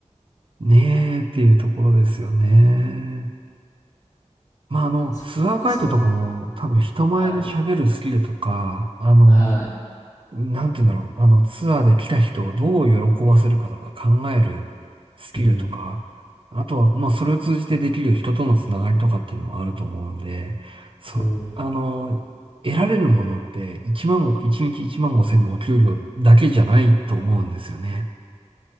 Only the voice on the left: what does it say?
そうなんですよ。
はい。
はい。
うん。
うん。